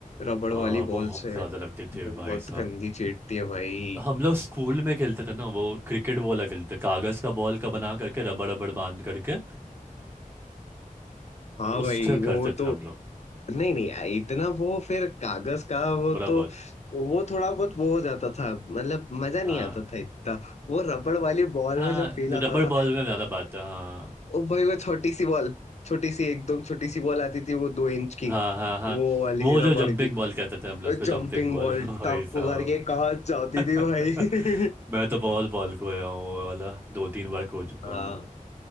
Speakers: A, on the left; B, on the right.
A: रबड़ वाली
B: हाँ बहुत
A: बॉल से
B: ज्यादा लगते थे
A: बहुत
B: भाई साहब
A: गंदी चीटती है भाई
B: हम लोग स्कूल में खेलते थे ना वो क्रिकेट वो वाला खेलते थे, कागज का बॉल का बना करके रबड़ रबड़ बांध करके
A: हाँ भाई
B: उससे
A: वो
B: करते
A: तो
B: थे हम लोग
A: नहीं नहीं आ- इतना वो फिर कागज का वो
B: थोड़ा
A: तो
B: बहुत
A: वो थोड़ा बहुत वो हो जाता था मतलब मजा नहीं
B: हाँ
A: आता था इतना वो रबड़ वाली बॉल
B: हाँ
A: में जो फील आता
B: रबड़
A: था
B: बॉल में ज्यादा बात है हाँ
A: ओ भाई वो छोटी सी बॉल छोटी सी एकदम छोटी सी बॉल आती थी वो दो इंच की
B: हाँ हाँ हाँ
A: वो वाली
B: वो जो
A: रबड़
B: जंपिंग
A: की
B: बॉल कहते थे हम लोग उसको जंपिंग
A: जंपिंग
B: बॉल
A: बॉल
B: <laughs> भाई
A: टप
B: साहब
A: को करके कहाँ जाती
B: <laughs>
A: थी भाई <laughs>
B: मैं तो बहुत बॉल खोया हूँ वो वाला दो तीन बार खो चुका
A: हाँ
B: हूँ मैं